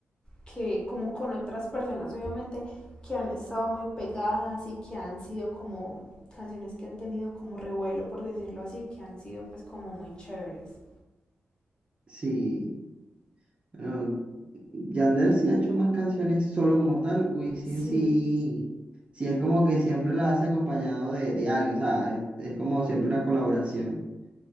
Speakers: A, on the left (about 20°); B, on the right (about 25°).
A: que como con otras personas obviamente que han estado muy pegadas y que han sido como canciones que han tenido como revuelo por decirlo así, que han sido pues como muy chéveres.
B: Sí. Ah, Yandel sí ha hecho más canciones solo como tal, Wisin
A: Sí,
B: sí, sí es como que siempre la hace acompañado de, de alguien, o sea, es, es como siempre una colaboración.